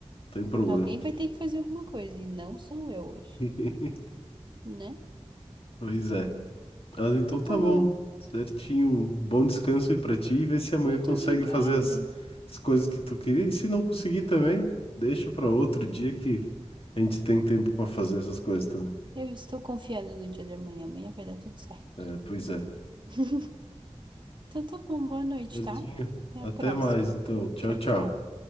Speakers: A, on the left (about 55°); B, on the right (about 45°).
A: Tem problema.
B: Alguém vai ter que fazer alguma coisa, e não sou eu hoje,
A: <laughs>
B: né?
A: Pois é. Mas então
B: Então
A: tá
B: tá bom.
A: bom. Certinho. Bom descanso aí pra ti e vê se amanhã
B: Muito
A: consegue
B: obrigada.
A: fazer as, as coisas que tu queria. E se não conseguir também, deixa pra outro dia que a gente tem tempo pra fazer essas coisas também.
B: Eu estou confiando no dia de amanhã. Amanhã vai dar tudo certo.
A: É, pois é.
B: <laughs> Então tá bom, boa noite,
A: Certinho.
B: tá? Até
A: Até
B: a próxima.
A: mais, então. Tchau,
B: Tchau,
A: tchau.
B: tchau.